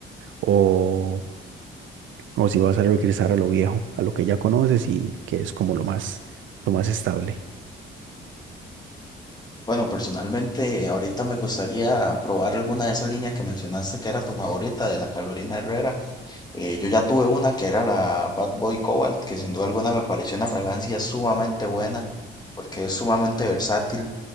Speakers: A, on the right; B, on the left.
A: o, o si vas a regresar a lo viejo, a lo que ya conoces y que es como lo más, lo más estable.
B: Bueno, personalmente, ahorita me gustaría probar alguna de esas líneas que mencionaste que era tu favorita de la Carolina Herrera. Eh, yo ya tuve una que era la Bad Boy Cobalt, que sin duda alguna me pareció una fragancia sumamente buena porque es sumamente versátil